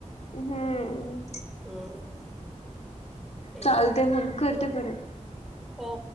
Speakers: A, on the left; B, in the centre.
A: हम्म
B: हम तेही
A: चालते
B: आहे
A: मग करते परत.
B: हो